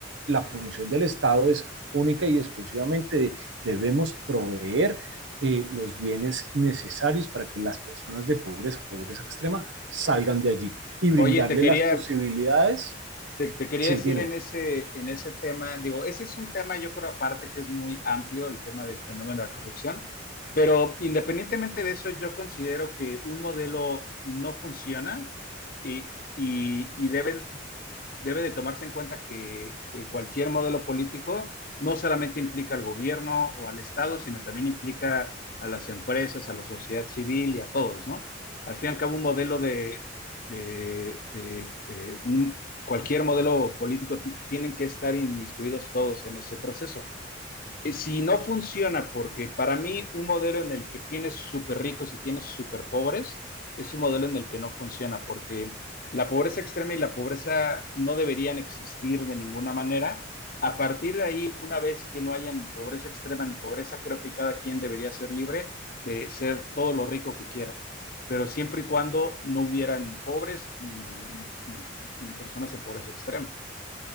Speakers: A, on the right; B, on the left.
A: la función del Estado es única y exclusivamente de, debemos proveer eh, los bienes necesarios para que las personas de pobreza, pobreza extrema, salgan de allí y brindarle
B: Oye, te quería,
A: las posibilidades.
B: te, te quería
A: Sí,
B: decir
A: dime.
B: en ese, en ese tema, digo, ese es un tema, yo creo, aparte que es muy amplio, el tema del fenómeno de la corrupción, pero independientemente de eso, yo considero que un modelo no funciona y, y, y debe debe de tomarse en cuenta que eh, cualquier modelo político no solamente implica al gobierno o al Estado, sino también implica a las empresas, a la sociedad civil y a todos, ¿no? Al fin y al cabo, un modelo de, de, de, de un, cualquier modelo político tienen que estar inmiscuidos todos en ese proceso. Eh, si no funciona, porque para mí un modelo en el que tienes súper ricos y tienes súper pobres es un modelo en el que no funciona, porque la pobreza extrema y la pobreza no deberían existir de ninguna manera. A partir de ahí, una vez que no haya ni pobreza extrema ni pobreza, creo que cada quien debería ser libre de ser todo lo rico que quiera, pero siempre y cuando no hubiera ni pobres ni, ni, ni personas de pobreza extrema.